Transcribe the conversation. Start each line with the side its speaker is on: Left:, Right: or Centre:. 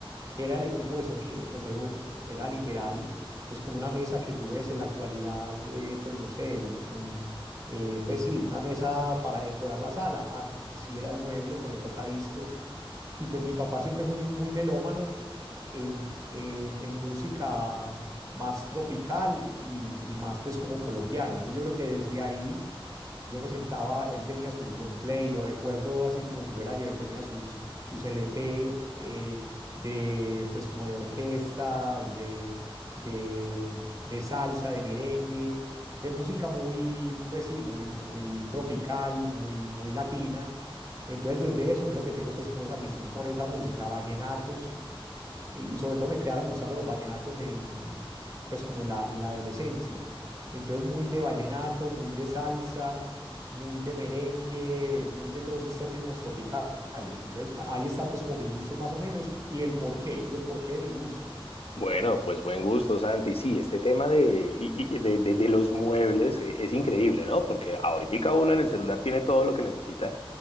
Right: que era el equipo de sonido, pues era, un- era literal, pues como una mesa que tú ves en la actualidad, eh, pues no sé, el- un- eh, pues sí, una mesa para decorar la sala, a- así era el mueble con el tocadiscos, y pues mi papá siempre fue muy, muy melómano en, en, en música más tropical y, y más pues como colombiana, entonces yo creo que desde ahí yo me sentaba, él tenía sus long play, lo recuerdo así como si fuera ayer, tenía sus, sus LP eh, de, pues como de orquestas, de, de, de salsa, de merengue, de música muy, pues sí, muy, muy tropical, muy, muy latina. Entonces desde eso creo que tengo pues como esa afición por esa música, vallenatos y sobre todo me quedaron gustando los vallenatos en, pues como en la, en la adolescencia. Entonces muy de vallenato, muy de salsa, muy de merengue, muy de todos estos ritmos tropicales. Entonces a- ahí están pues como mis gustos más o menos y el porqué, y el porqué de mis gustos.
Left: Bueno, pues buen gusto, Santi. Sí, este tema de, y- y- de, de- de los muebles eh, es increíble, ¿no? Porque ahorita uno en el celular tiene todo lo que necesita,